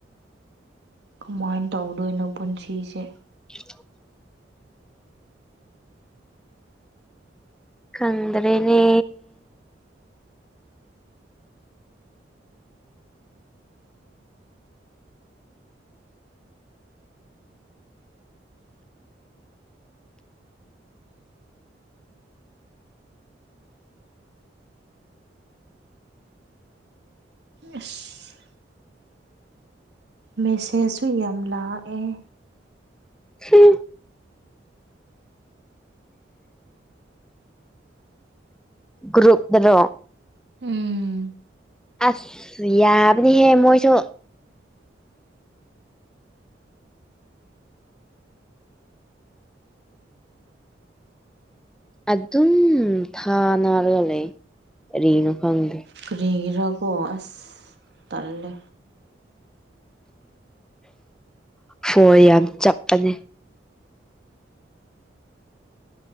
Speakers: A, on the right (about 65°); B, in the centre.
A: ꯀꯃꯥꯏꯅ ꯇꯧꯗꯣꯏꯅꯣ ꯄꯨꯟꯁꯤꯁꯦ
B: ꯍ <unintelligible> ꯈꯪꯗ꯭ꯔꯦꯅꯦ
A: ꯑꯁ ꯃꯦꯁꯦꯖꯁꯨ ꯌꯥꯝ ꯂꯥꯛꯑꯦ
B: ꯍꯨꯝ ꯒ꯭ꯔꯨꯨꯞꯗꯔꯣ
A: ꯎꯝ
B: ꯑꯁ ꯌꯥꯕꯅꯤ ꯍꯦ ꯃꯣꯏꯁꯨ ꯑꯗꯨꯝ ꯊꯥ ꯅꯥꯔꯒ ꯂꯩ ꯀꯔꯤꯅꯣ ꯈꯪꯗꯦ
A: ꯀꯔꯤꯍꯤꯔꯒꯣ ꯑꯁ ꯇꯜꯦ
B: ꯍꯣꯏ ꯌꯥꯝ ꯆꯞꯄꯅꯤ